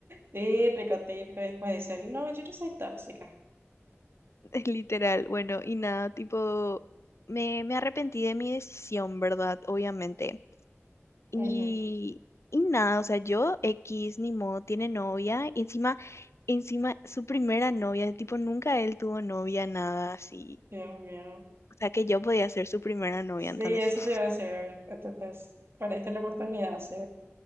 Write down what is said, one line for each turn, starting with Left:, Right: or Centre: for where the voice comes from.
Right: Típico, típico. Y después dicen, no, yo no soy tóxica.
Left: <laughs> literal. Bueno, y nada, tipo, me, me arrepentí de mi decisión, ¿verdad? Obviamente. Y,
Right: Ujú.
Left: y nada, o sea, yo, X, ni modo, tiene novia, y encima, encima, su primera novia, tipo, nunca él tuvo novia, nada así.
Right: Dios mío.
Left: O sea, que yo podía ser su primera novia,
Right: Sí,
Left: entonces.
Right: eso
Left: <laughs>
Right: te iba a decir. Entonces, perdiste la oportunidad, sí.